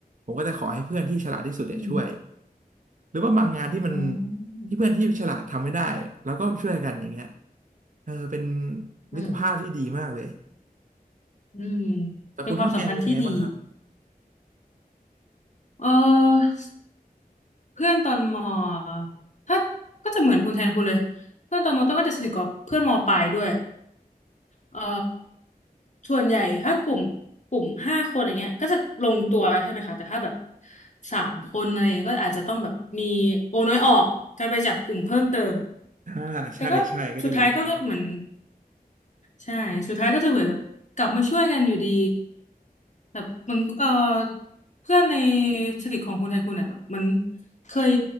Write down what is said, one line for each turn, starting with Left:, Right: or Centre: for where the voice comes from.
Right: ผมก็จะขอให้เพื่อนที่ฉลาดที่สุดเนี่ยช่วย
Left: อืม
Right: หรือว่าบางงานที่มัน
Left: อือ
Right: ที่เพื่อนที่ฉลาดทำไม่ได้แล้วก็ช่วยกันอย่างเงี้ยเออเป็น
Left: อืม
Right: มิตรภาพที่ดีมากเลย
Left: อืม
Right: แต่คุณข้าวแกงเป็นยังไงบ้างครับ
Left: เป็นความสัมพันธ์ที่ดีเออเพื่อนตอนมถ้าก็จะเหมือนคุณแทนคุณเลยเพื่อนตอนมต้นก็จะสนิทกับเพื่อนมปลายด้วย เอ่อส่วนใหญ่ถ้ากลุ่มกลุ่มห้าคนอย่างเงี้ยก็จะลงตัวใช่ไหมคะแต่ถ้าแบบสามคนอะไรอย่างเงี้ยก็อาจจะต้องแบบมีโอน้อยออกการไปจับกลุ่มเพิ่มเติม
Right: อ่าใช่ใช่ก็จะมีอย่างนั้นบ้าง
Left: แต่ก็สุดท้ายก็เหมือนใช่สุดท้ายก็จะเหมือนแบบกลับมาช่วยกันอยู่ดีแบบเหมันเอ่อเพื่อนในสนิทของคุณไทยคุณอ่ะแบบมันเคย